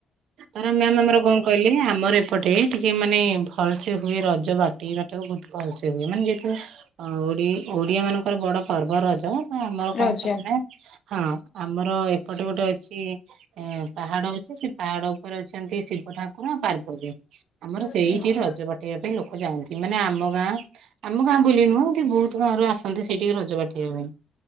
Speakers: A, on the right (about 75°); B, on the left (about 50°).
A: ତା ମ୍ୟାମ ଆମର
B: ଆଜ୍ଞା
A: କଣ କହିଲି ଆମର ଏପଟେ ଟିକେ ମାନେ ଭଲ ସେ ହୁଏ ରଜ ବାଟି ସେଟାକୁ ବହୁତ ଭଲସେ ହୁଏ ମାନେ ଯେହେତୁ ଓ ଓଡ଼ିଆ ମାନଙ୍କର ବଡ଼ ପର୍ବ ରଜ ହଁ ଆମର
B: ରଜ
A: କଣ କଲେ ନା ହଁ ଆମର ଏପଟେ ଗୋଟେ ଅଛି ଏ ପାହାଡ ଅଛି ସେ ପାହାଡ ଉ ପରେ ଅଛନ୍ତି ଶିବ ଠାକୁର ପାର୍ବତୀ। ଆମର ସେଇଠି
B: ଆଜ୍ଞା
A: ରଜ କଠେଇବା ପାଇଁ ଲୋକ ଯାଆନ୍ତି ମାନେ ଆମ ଗାଁ ଆମ ଗାଁ ବୁଲି ନୁହଁ ବହୁତ ଗାଁରୁ ଆସନ୍ତି ସେଠିକି ରଜ ବାଟେଇବା ପାଇଁ।